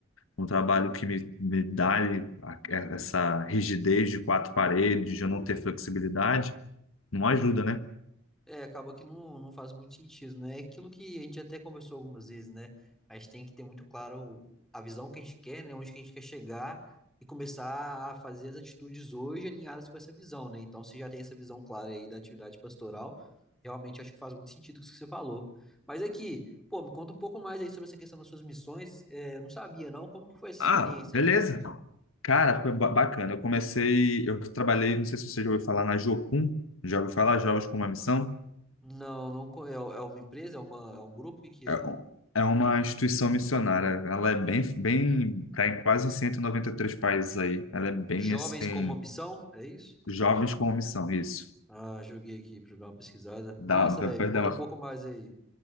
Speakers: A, on the left; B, in the centre.
A: um trabalho que me, me dá ali a- é, essa rigidez de quatro paredes, de eu não ter flexibilidade, não ajuda, né?
B: É, acaba que não, não faz muito sentido, né? É aquilo que a gente até conversou algumas vezes, né? A gente tem que ter muito claro o- a visão que a gente quer, né? Onde que a gente quer chegar e começar a fazer as atitudes hoje alinhadas com essa visão, né? Então, se já tem essa visão clara aí da atividade pastoral, realmente acho que faz muito sentido isso que você falou. Mas aqui, pô, me conta um pouco mais aí sobre essa questão das suas missões. É, eu não sabia, não. Como que foi essa experiência
A: Ah, beleza.
B: aí?
A: Cara, foi ba- bacana. Eu comecei, eu trabalhei, não sei se você já ouviu falar na Jocum, já ouviu falar Jogos com uma Missão?
B: Não, não. co- É, é uma empresa? É, uma, é um grupo? O que que
A: É
B: é?
A: um- é uma instituição missionária. Ela é bem, bem, tá em quase em 193 países aí. Ela é bem
B: Jovens
A: assim,
B: com uma missão? É isso?
A: jovens com missão, isso.
B: Ah, joguei aqui pra dar uma pesquisada.
A: Da,
B: Massa,
A: da,
B: velho.
A: perdão.
B: Me conta um pouco mais aí.